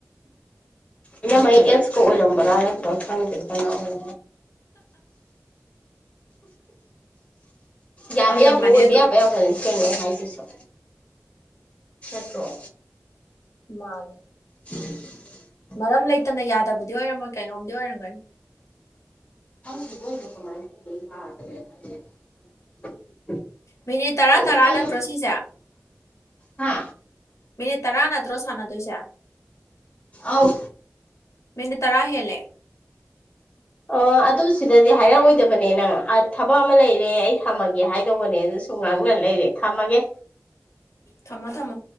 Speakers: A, on the left; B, on the left.
A: ꯏꯅꯃꯩ ꯑꯦꯛꯁꯀ ꯑꯣꯏꯔꯝꯕ꯭ꯔꯥꯅꯇ ꯈꯪꯗꯦ ꯀꯅꯥ ꯑꯣꯏ ꯌꯥꯕꯩ
B: ꯑꯣꯏꯔꯝꯃꯅꯤ
A: ꯑꯕꯣ ꯑꯣꯏꯕ
B: ꯑꯗꯨ
A: ꯌꯥꯕꯩ ꯌꯥꯕ ꯀꯦꯡꯅ ꯍꯥꯏꯦ <unintelligible> ꯆꯠꯇꯔꯣ
B: ꯃꯥꯅꯦ
A: <unintelligible>
B: ꯃꯔꯝ ꯂꯩꯇꯅ ꯌꯥꯗꯕꯗꯤ ꯑꯣꯏꯔꯝꯃꯣꯏ ꯀꯩꯅꯣꯝꯗꯤ ꯑꯣꯏꯔꯝꯒꯅꯤ
A: <unintelligible>
B: ꯃꯤꯅꯤꯠ ꯇꯔꯥ
A: ꯑꯗꯣ
B: ꯇꯔꯥ
A: ꯑꯩꯅ
B: ꯅꯠꯇ꯭ꯔꯣ ꯁꯤꯁꯦ
A: ꯍꯥ
B: ꯃꯤꯅꯤꯠ ꯇꯔꯥ ꯅꯠꯇ꯭ꯔꯣ ꯁꯥꯟꯅꯗꯣꯏꯁꯦ
A: ꯑꯧ
B: ꯃꯤꯅꯤꯠ ꯇꯔꯥ ꯍꯦꯜꯂꯦ
A: ꯑꯣ ꯑꯗꯨ ꯁꯤꯗꯗꯤ ꯍꯥꯏꯔꯛꯑꯣꯏꯗꯕꯅꯦ ꯅꯪ ꯊꯕꯛ ꯑꯃ ꯂꯩꯔꯦ ꯑꯩ ꯊꯝꯃꯒꯦ ꯍꯥꯏꯗꯧꯕꯅꯦ ꯑꯗꯨ ꯁꯨꯝ ꯉꯥꯡꯅ ꯂꯩꯔꯦ ꯊꯝꯃꯒꯦ
B: ꯊꯝꯃꯣ ꯊꯝꯃꯣ